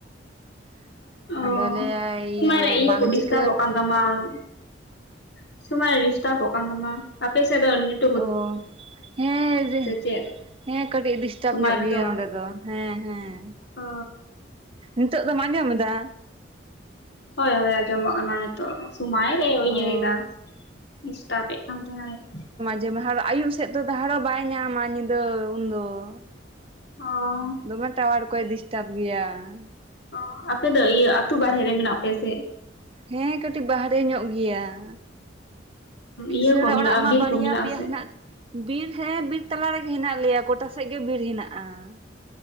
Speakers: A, on the right; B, on the left.
A: ᱾
B: ᱚ
A: ᱟᱫᱚ ᱞᱟᱹᱭᱟᱭ
B: ᱥᱚᱢᱚᱭ
A: ᱤᱭᱟᱹ
B: ᱨᱮ
A: ᱵᱟᱝ
B: ᱠᱚ
A: ᱪᱤᱠᱼᱼ
B: ᱰᱤᱥᱴᱟᱵᱚᱜ ᱠᱟᱱ ᱛᱟᱢᱟ, ᱥᱚᱢᱚᱭ ᱰᱤᱥᱴᱟᱵᱚᱜ ᱠᱟᱱ ᱛᱟᱢᱟ, ᱟᱯᱮ ᱥᱮᱫ ᱫᱚ ᱤᱼᱼ
A: ᱚ ᱦᱮᱸ,
B: ᱪᱮᱫ?
A: ᱦᱮᱸ ᱠᱟᱹᱴᱤᱡ ᱰᱤᱥᱴᱟᱵᱽ
B: ᱥᱚᱢᱚᱭ
A: ᱧᱚᱜ
B: ᱨᱮᱫᱚ
A: ᱜᱮᱭᱟ ᱱᱚᱸᱰᱮ ᱫᱚ ᱾ ᱦᱮᱸ ᱦᱮᱸ,
B: ᱚ
A: ᱱᱤᱛᱚᱜ ᱫᱚᱢ ᱟᱸᱡᱚᱢ ᱮᱫᱟ?
B: ᱦᱚᱭ ᱦᱚᱭ ᱟᱸᱡᱚᱢᱚᱜ ᱠᱟᱱᱟ ᱱᱤᱛᱼᱼ ᱛᱚ ᱥᱚᱢᱟᱭ ᱨᱮ ᱤᱭᱟᱹᱭᱮᱫᱟ,
A: ᱚ
B: ᱰᱤᱥᱴᱟᱯᱮᱜ ᱠᱟᱱ ᱛᱟᱢᱟᱭ ᱾
A: ᱡᱮ ᱞᱟᱦᱟᱨᱮ ᱟᱭᱩᱵ ᱥᱮᱫ ᱫᱚ ᱴᱟᱣᱟᱨᱚ ᱵᱟᱭ ᱧᱟᱢᱟ ᱧᱤᱫᱟᱹ ᱩᱱᱫᱚᱼᱼ
B: ᱚ
A: ᱫᱚᱢᱮ ᱴᱟᱣᱟᱨ ᱠᱚᱭ ᱰᱤᱥᱴᱟᱵᱽ ᱜᱮᱭᱟ ᱾
B: ᱚ ᱟᱯᱮ ᱫᱚ ᱤᱭᱟᱹ ᱟᱹᱛᱩ ᱵᱟᱨᱦᱮ ᱨᱮ ᱢᱮᱱᱟᱜ ᱯᱮᱭᱟ ᱥᱮ?
A: ᱦᱮᱸ ᱠᱟᱹᱴᱤᱡ ᱵᱟᱦᱨᱮ ᱧᱚᱜ ᱜᱮᱭᱟ ᱾ ᱠᱤᱥᱟᱹᱬᱟᱜ
B: ᱤᱭᱟᱹ ᱠᱚ ᱢᱮᱱᱟᱜᱼᱟ
A: ᱚᱲᱟᱜ ᱢᱟ
B: ᱵᱤᱨ
A: ᱵᱟᱨᱭᱟ
B: ᱠᱚ ᱢᱮᱱᱟᱜᱼᱟ
A: ᱯᱮᱭᱟ
B: ᱥᱮ?
A: ᱦᱮᱱᱟᱜᱼᱼ ᱵᱤᱨ ᱦᱮᱸ ᱵᱤᱨ ᱛᱟᱞᱟ ᱨᱮᱜᱮ ᱢᱮᱱᱟᱜ ᱞᱮᱭᱟ, ᱜᱚᱴᱟ ᱥᱮᱫ ᱜᱮ ᱵᱤᱨ ᱢᱮᱱᱟᱜᱼᱟ ᱾